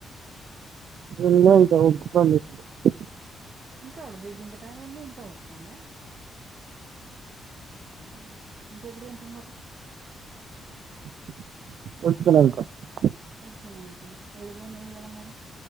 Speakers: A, on the right; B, on the right.
A: తిన్లా ఇంకా <unintelligible>
B: ఇంకా ఉడుగు గింత టైం అయింది ఇంకా ఉడుకుతాందా ఆ ఇంకెప్పుడు తింటారు మరి
A: <unintelligible>
B: ఉడికినంకనా ఏడు పోయినవ్ ఇయాల మరి